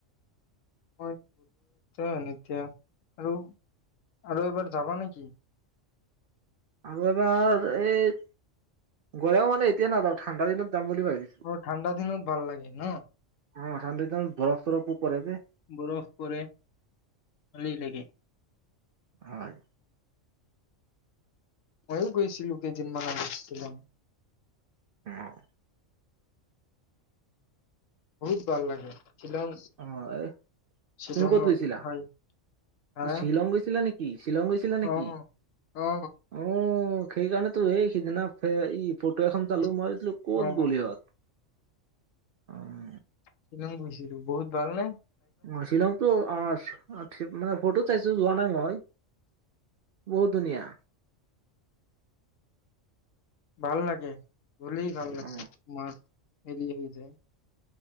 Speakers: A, on the left; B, on the right.
A: হয় যাম এতিয়া আৰু আৰু এবাৰ যাবা নেকি?
B: আৰু এবাৰ এই গলেও মানে এতিয়া নাযাওঁ ঠাণ্ডা দিনত যাম বুলি ভাবিছোঁ।
A: অ ঠাণ্ডা দিনত ভাল লাগে ন
B: অ' ঠাণ্ডাদিনত বৰফ চৰফ ও পৰে যে
A: বৰফ পৰে শালি <unintelligible> লাগে
B: হয়।
A: মইও গৈছিলো কেইদিনমান আগত ছিলং।
B: অ'
A: বহুত ভাল লাগে শ্বিলং
B: অ' এ'
A: শ্বিলঙৰ
B: তুমি ক'ত গৈছিলা
A: ঠাই হা
B: শ্বিলং গৈছিলা নেকি কি শ্বিলং গৈছিলা নেকি?
A: অ অ
B: অ' সেইকাৰণে তো এই সিজনা ই ফটো এখন চালো
A: ইচ,
B: মই ভাবিছিলোঁ ক'ত
A: অ
B: গ'ল সিহঁত অ'
A: শ্বিলং গুছিলো বহুত ভাল নে
B: অ শ্বিলংতো আ মানে ফটো চাইছো যোৱা নাই মই বহুত ধুনীয়া
A: ভাল লাগে গলে ভাল লাগে
B: অ
A: মাৰ হৰি হৈ যায়